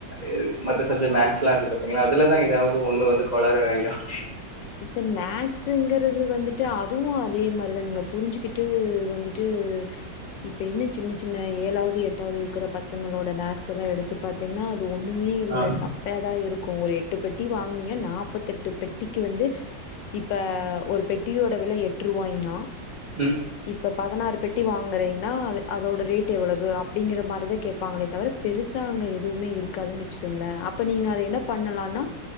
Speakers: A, on the right; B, on the left.
A: இல் மேக்ஸ் எலாம் இருக்கு பாத்தீங்களா அதுலதான் ஏதாவது ஒண்ணு வந்து கொளரா ஆகிடும்.
B: ம்ச் இப்ப மேக்ஸ்ங்குறது வந்துட்டு அதுவும் அது. அதே மாதிரிதான் நீங்க புரிஞ்சுகிட்டு வந்துட்டு இப்ப என்ன சின்ன சின்ன ஏழாவது எட்டாவது இருக்கிற பசங்களோட மேக்ஸ் எல்லாம் எடுத்து பாத்தீங்கன்னா. ஒண்ணுமே இல்லைன
A: ஆ
B: சப்பயாதா இருக்கும் ஒரு எட்டு பெட்டி வாங்கினீங்க நாற்பத்து எட்டு பெட்டி. க்கு வந்து இப்ப ஒரு பெட்டியோட விலை எட்டுருவாயின்னா.
A: உம்.
B: இப்ப பதினாறு பெட்டி வாங்குறீங்கன்னா அதோட ரேட் எவ்வளவு அப்படிங்கிற மாதிரிதான் கேட்பாங்களே தவிர பெருசா அங்க எதுவுமே இருக்காதுன்னு வச்சுக்கோங்களே அப்ப நீங்க அத என்ன பண்ணலாம்னா.